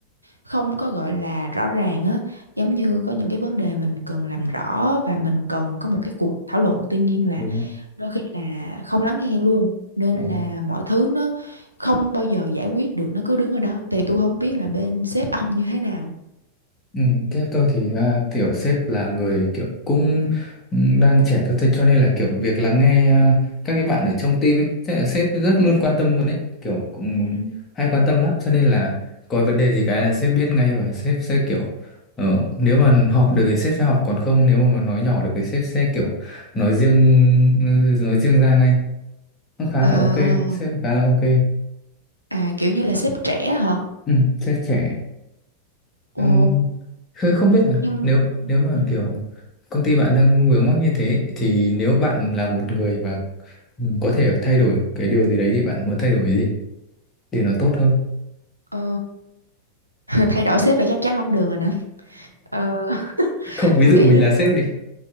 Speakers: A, on the right; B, on the left.
A: không có gọi là rõ ràng á giống như có những cái vấn đề mình cần làm rõ và mình cần có một cái cuộc thảo luận tuy nhiên là
B: đúng rồi
A: đôi khi là không lắng nghe luôn nên
B: đúng
A: là
B: rồi
A: mọi thứ nó không bao giờ giải quyết được nó cứ đứng ở đó thì tôi không biết là bên sếp ông như thế nào
B: Ừ, sếp tôi thì à, kiểu sếp là người kiểu cũng ừ, đang trẻ thôi thế cho nên là kiểu việc lắng nghe à, các cái bạn ở trong team ấy thế là sếp rất
A: Ừ.
B: luôn quan tâm luôn ấy kiểu cũng
A: Ừ.
B: hay quan tâm lắm cho nên là có vấn đề gì cái là sếp biết ngay và sếp sẽ kiểu ờ, nếu mà họp được thì sếp sẽ họp còn không nếu mà nói nhỏ được thì sếp sẽ kiểu nói riêng ừ, nói riêng ra ngay cũng khá
A: à,
B: là ok sếp khá là ok
A: à kiểu như là sếp trẻ hả
B: ừ, sếp trẻ
A: ồ
B: Ừm, Khơi không biết là
A: nhưng
B: nếu nếu mà
A: ừ,
B: kiểu công ty bạn đang vướng mắc như thế thì nếu bạn là một người mà ừm, có thể thay đổi cái điều gì đấy thì bạn muốn thay đổi cái gì để nó tốt hơn.
A: ờ, <laughs> thay đổi sếp là chắc chắn không được rồi nè Ờ, <laughs>
B: <laughs> Không, ví
A: tôi
B: dụ
A: nghĩ
B: mình
A: là
B: là sếp đi.